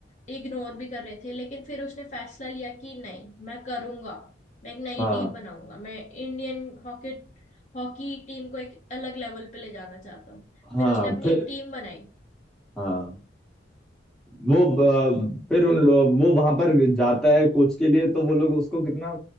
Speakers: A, on the left; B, in the centre.
A: इग्नोर भी कर रहे थे लेकिन फिर उसने फैसला लिया कि नहीं मैं करूंगा मैं एक नई
B: हाँ
A: टीम बनाऊंगा मैं इंडियन हॉकी हॉकी टीम को एक अलग लेवल पे ले जाना चाहता हूँ
B: हाँ
A: फिर उसने अपनी
B: फिर
A: एक टीम बनाई
B: हाँ वो ब- फिर उन लोग वो वहां पर जाता है कोच के लिए तो वो लोग उसको कितना